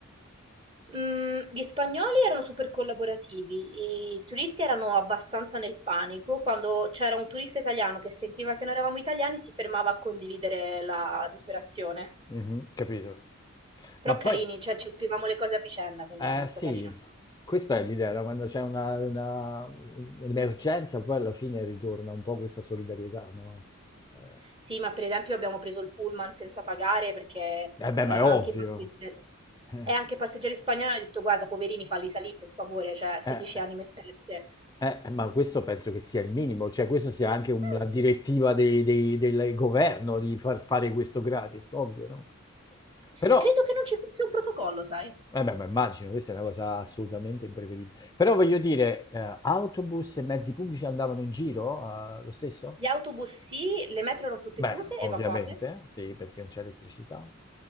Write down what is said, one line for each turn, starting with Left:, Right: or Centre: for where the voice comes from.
Right: Mm, gli spagnoli erano super collaborativi, i turisti erano abbastanza nel panico. Quando c'era un turista italiano che sentiva che noi eravamo italiani, si fermava a condividere la disperazione.
Left: Mhm, capito.
Right: Però
Left: Ma
Right: carini,
Left: poi,
Right: cioè ci offrivamo le cose a vicenda, quindi
Left: eh
Right: era molto
Left: sì,
Right: carina.
Left: questa è l'idea, no? Quando c'è una- una- un'emergenza, poi alla fine ritorna un po' questa solidarietà, no? Eh,
Right: Sì, ma per esempio abbiamo preso il pullman senza pagare perché
Left: eh beh,
Right: eh,
Left: ma
Right: anche
Left: è ovvio.
Right: i passeggeri,
Left: Eh,
Right: e anche i passeggeri spagnoli hanno detto guarda, poverini, falli salire per favore, cioè 16
Left: eh. eh.
Right: anime sperse.
Left: Eh, ma questo penso che sia il minimo, cioè questo sia anche una
Right: Mm,
Left: direttiva dei dei del governo di far fare questo gratis, ovvio, no? Però,
Right: Credo che non ci fosse un protocollo, sai?
Left: eh beh, ma immagino, questa è una cosa assolutamente imprevedibile. Però voglio dire, eh, autobus e mezzi pubblici andavano in giro, eh, lo stesso?
Right: Gli autobus sì, le metro erano tutte
Left: Beh,
Right: chiuse,
Left: ovviamente,
Right: evacuate.
Left: sì, perché non c'è elettricità.